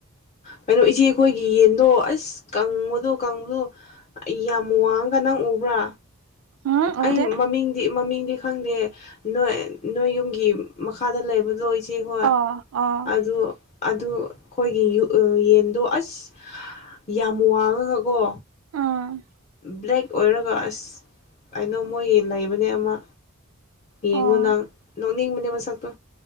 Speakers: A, on the left; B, on the right.
A: ꯀꯩꯅꯣ ꯏꯆꯦ ꯑꯩꯈꯣꯏꯒꯤ ꯌꯦꯟꯗꯣ ꯑꯁ ꯀꯪꯕꯗꯣ ꯀꯪꯕꯗꯣ ꯌꯥꯝ ꯋꯥꯡꯉꯒ ꯅꯪ ꯎꯕ꯭ꯔꯥ
B: ꯎꯝ
A: ꯑꯩ
B: ꯎꯗꯦ
A: ꯃꯃꯤꯡꯗꯤ ꯃꯃꯤꯡꯗꯤ ꯈꯪꯗꯦ ꯅꯣꯏ ꯅꯣꯏ ꯌꯨꯝꯒꯤ ꯃꯈꯥꯗ ꯂꯩꯕꯗꯣ ꯇꯦ ꯍꯣꯏ
B: ꯑꯥ ꯑꯥ
A: ꯑꯗꯨ ꯑꯗꯨ ꯑꯩꯈꯣꯏꯒꯤ ꯌꯦꯟꯗꯣ ꯑꯁ ꯌꯥꯝ ꯋꯥꯡꯉꯒꯀꯣ
B: ꯎꯝ
A: ꯕ꯭ꯂꯦꯛ ꯑꯣꯏꯔꯒ ꯑꯁ ꯑꯩꯅꯣ ꯃꯣꯏ ꯂꯩꯕꯅꯦ ꯑꯃ ꯌꯦꯡꯉꯣ
B: ꯑꯣ
A: ꯅꯪ ꯅꯣꯛꯅꯤꯡꯕꯅꯦ ꯃꯁꯛꯇꯣ